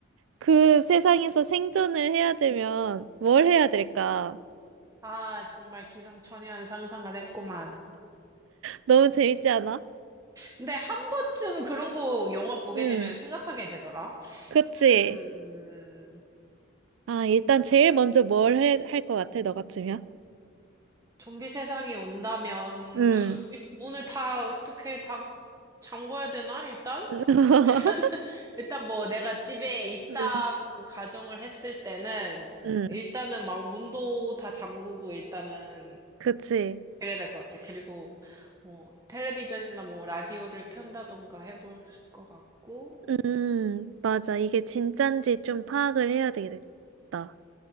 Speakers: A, on the right; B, on the right.
A: 그 세상에서 생존을 해야 되면 뭘 해야 될까?
B: 아, 정말 기상천외한 상상을 했구만.
A: 너무 재밌지 않아?
B: 근데 한 번쯤 그런 거 영화 보게
A: 응,
B: 되면 생각하게 되더라.
A: 그치?
B: 음,
A: 아, 일단 제일 먼저 뭘 할 것 같아, 너 같으면?
B: 좀비 세상이 온다면,
A: 응,
B: 하, 이 문을 다 어떻게 다 잠궈야 되나, 일단?
A: <laughs>
B: <laughs> 일단, 일단 뭐 내가 집에 있다고
A: 응,
B: 가정을 했을 때는,
A: 응,
B: 일단은 막 문도 다 잠그고 일단은
A: 그치?
B: 그래야 될 것 같아. 그리고 뭐 텔레비전이나 뭐 라디오를 켠다던가 해볼 것 같고
A: 음, 맞아. 이게 진짠지 좀 파악을 해야 되겠다.